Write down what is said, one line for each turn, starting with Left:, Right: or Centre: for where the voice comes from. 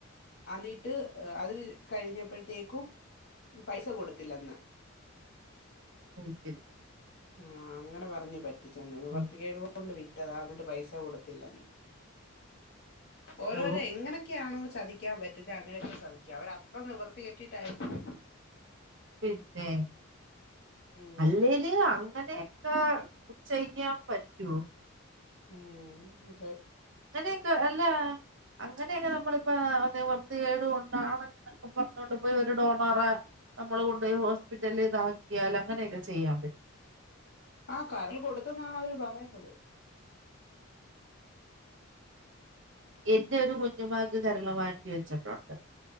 Left: അിന്നിട്ട് അത് കഴിഞ്ഞപ്പോഴത്തേക്കും പൈസ കൊടുത്തില്ലന്ന്
Right: അത് ശരി
Left: ആഹ് അങ്ങനെ പറ ധന്യാായി റ്റ ചെന്നത് നിവർത്തിക്കേടോണ്ട്
Right: ആ,
Left: ഇതാന്നിട്ട് പൈസ കൊടുത്തില്ലന്ന് ഓരോരോ
Right: ഓ
Left: എങ്ങനൊക്കെയാണോ ചതിക്കാൻ പറ്റത് അങ്ങനെയൊക്കെ ചതിക്കുക അവര അത്ര നിവർത്തി കെട്ടിട്ടായിരിക്കും
Right: പിന്നെ
Left: ഉം
Right: അല്ലേല് അങ്ങനെയൊക്കെ ചെയ്യാൻ പറ്റുവ
Left: ഉം അക്കെ
Right: അങ്ങനെയൊക്കെ അല്ല അങ്ങനെയൊക്കെ നമ്മളിപ്പ ഒ വൃത്തി കേട് കൊണ്ടാണ്ക്കെ പറഞ്ഞൊണ്ട് പോയി ഒരു ഡോണറെ നമ്മള് കൊണ്ട്യ ഹോസ്പിറ്റല് ഇതാക്കിയാൽ അങ്ങനെയൊക്കെ ചെയ്യാൻ പറ്റും
Left: ആ കരൾ കൊടുത്തന്നാണ് അവര് പറയുന്നത്
Right: എൻ്റെ ഒരു കുഞ്ഞുമാക്ക് കരള് മാറ്റി വെച്ചിട്ടുണ്ട്